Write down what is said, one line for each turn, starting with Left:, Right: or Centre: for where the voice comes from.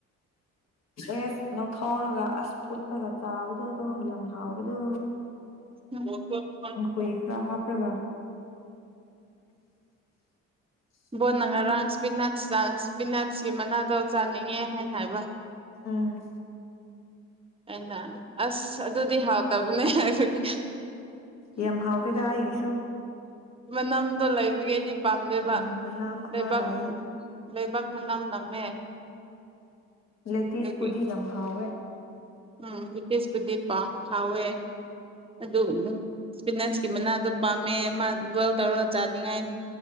Left: ꯑꯦꯁ ꯂꯧꯊꯥꯎꯔꯒ ꯑꯁ ꯐꯨꯠꯂꯒ ꯆꯥꯕꯗꯣꯗꯣ ꯌꯥꯝ ꯍꯥꯎꯕꯗꯣ
Right: ꯎꯝ
Left: ꯀꯦꯈꯔ ꯍꯥꯥ ꯄ꯭ꯔꯒꯥ <inaudible>
Right: ꯕꯣꯣꯟꯅ ꯉꯔꯥꯡ ꯏꯁꯄꯤꯅꯠꯁ ꯏꯁꯄꯤꯅꯠꯁꯀꯤ ꯃꯅꯥꯗꯣ ꯆꯥꯅꯤꯡꯉꯦ ꯍꯥꯏꯅ ꯍꯥꯏꯕ
Left: ꯎꯝ
Right: ꯑꯩꯅ ꯑꯁ ꯑꯗꯨꯗꯤ ꯍꯥꯎꯇꯕꯅꯦ ꯑꯗꯨꯒꯤ
Left: ꯌꯥꯝꯦꯝ ꯍꯥꯎꯇꯗ ꯍꯥꯏ ꯀ ꯁꯣ
Right: ꯃ ꯅꯝꯗꯣ ꯂꯩꯕꯒꯦꯗꯤ ꯄꯥꯝꯗꯦꯕ
Left: ꯎꯝ ꯃꯅꯥ ꯑꯃ
Right: ꯂꯩꯕꯥꯛ
Left: ꯂꯩꯌꯦ
Right: ꯂꯩꯕꯥꯛ ꯃꯅꯝ ꯅꯝꯃꯦ
Left: ꯂꯇꯤꯁ
Right: ꯑꯗꯨꯒꯤ
Left: ꯄꯨꯗꯤ ꯌꯥꯝ ꯍꯋꯦ
Right: ꯎꯝ ꯕ꯭ꯔꯤꯇꯤꯁꯄꯨꯗꯤ ꯄꯥ ꯍꯥꯎꯋꯦ ꯑꯗꯨ ꯄꯤꯅꯁꯀꯤ ꯃꯅꯥꯗꯣ
Left: ꯎꯝ
Right: ꯄꯥꯝꯃꯦ ꯃꯥ ꯣꯏꯜ ꯇꯧꯔꯒ ꯆꯥꯅꯤꯡꯉꯥꯏ